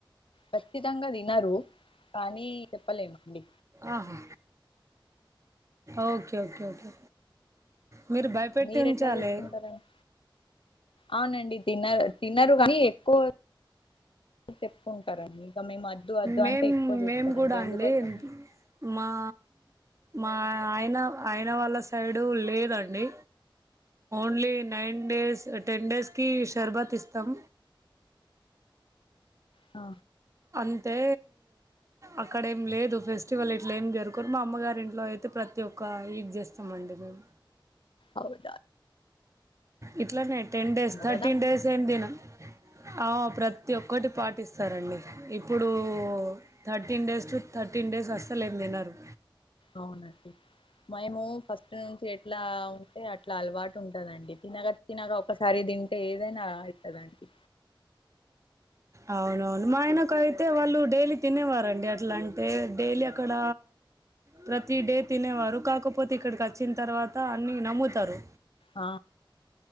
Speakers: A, on the left (about 85°); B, on the right (about 35°).
A: ఖచ్చితంగా తినరు కానీ చెప్పలేమండి.
B: ఆహ్ ఓకే ఓకే ఓకే మీరు భయపెట్టి
A: మీరు
B: ఉంచాలి.
A: ఎట్లా చేసుకుంటారండి అవునండి. తినరు కానీ ఎక్కువ చెప్పుకుంటారండి ఇంక మేము వద్దు అద్దు
B: మేము
A: అంటే ఎక్కువ చేస్తారండి
B: మేము కూడా
A: అందుకోసం
B: అండి మా మా ఆయన అయిన వాళ్ళ సైడు లేదండి only nine days ten days కి శర్బత్ ఇస్తాం
A: ఆ
B: అంతే అక్కడ ఏం లేదు ఫెస్టివల్ ఇట్ల ఏం జరుగురు మా అమ్మగారి ఇంట్లో అయితే ప్ర ప్రతి ఒక్క <unintelligible> చేస్తామండి మేము
A: అవున
B: ఇట్లనే టెన్ డేస్ థర్టీన్
A: కదా
B: డేస్ ఏం తినం ఆ ప్రతి ఒక్కటి పాటిస్ స్తారండి ఇప్పుడు thirteen days to thirteen days అసలు ఎం తినరు
A: అవునండి మేము <unintelligible> నుంచి ఎట్లా ఉంటే అట్లా అలవాటు ఉంటదండి తినగా తినగా ఒకసారి తింటే ఏదైన అయితదా అండి
B: అవునవును మా ఆయనకు అయితే వాళ్ళు డైలీ తినేవారండి అట్ల అంటే డైలీ అక్కడ ప్రతి డే తినేవారు కాకపోతే ఇక్కడికి వచ్చిన తర్వాత అన్ని నమ్ముతారు
A: ఆ